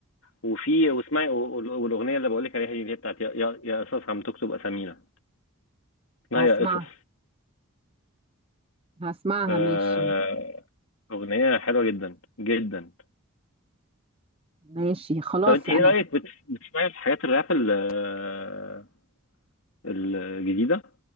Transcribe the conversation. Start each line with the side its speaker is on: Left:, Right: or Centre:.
Left: وفي واسمعي والاغنيه اللي بقول لك عليها دي اللي هي بتاعت يا يا يا قصص عم تكتب اسامينا اسمها
Right: هسمعها
Left: يا قصص
Right: هسمعها
Left: آه،
Right: ماشي
Left: اغنيه حلوه جدا جدا
Right: ماشي خلاص
Left: طب انت
Right: انا
Left: ايه رايك بت- بتسمعي الحاجات الراب ال- آه، الجديده